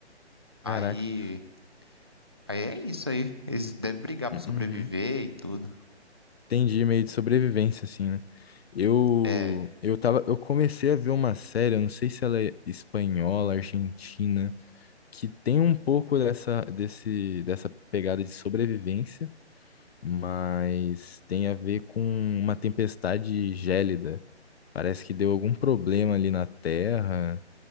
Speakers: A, on the right; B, on the left.
A: Aí,
B: Caraca.
A: aí é isso aí. Eles devem brigar pra
B: Hum,
A: sobreviver
B: Uhum.
A: e tudo.
B: Entendi, meio de sobrevivência, assim, né? Eu,
A: É.
B: eu tava, eu comecei a ver uma série, eu não sei se ela é espanhola, argentina, que tem um pouco dessa, desse, dessa pegada de sobrevivência, mas tem a ver com uma tempestade gélida. Parece que deu algum problema ali na Terra,